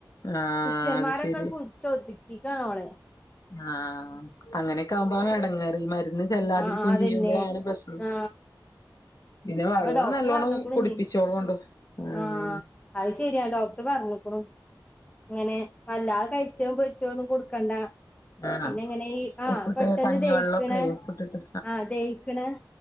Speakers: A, on the left; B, on the left.
A: ആഹ്
B: സിസ്റ്റ്ർ
A: അത്
B: മാരൊക്കെ
A: ശെരി
B: പുട്ച്ചോദിക്കിക്കണോളെ
A: ആഹ് അങ്ങനെക്കെ ആകുമ്പോ ടങ്ങേറ് ഈ മര്ന്ന് ല്ലാതിരിക്കും
B: ആ ആ,
A: കൊഞ്ചിയ്യുമ്പോഴാണ്
B: അതന്നെ
A: പ്രശ്നം
B: ആ
A: പിന്നെ വള്ളം
B: അപ്പൊ ഡോക്ടർ
A: നല്ലോണ്ണം
B: പറഞ്ഞുക്കുണു
A: കുടിപ്പിച്ചോളുണ്ടു
B: ഇനി
A: <unintelligible>
B: ആഹ് അത് ശരിയാ ഡോക്ടർ പറഞ്ഞ്ക്ക്ണു ഇങ്ങനെ അല്ലാ കരിച്ചോ പൊരിച്ചോ ഒന്നും കൊടുക്കണ്ട
A: ആഹ് ആഹ്
B: പിന്നെ എങ്ങനെ ആ
A: ഉപ്പിട്ട്
B: പെട്ടെന്ന്
A: കഞ്ഞിവെള്ളൊക്കെ
B: ദയിക്ക്ണേ
A: ഉപ്പിട്ടിട്ട്
B: ആഹ് ദയി പിന്നെ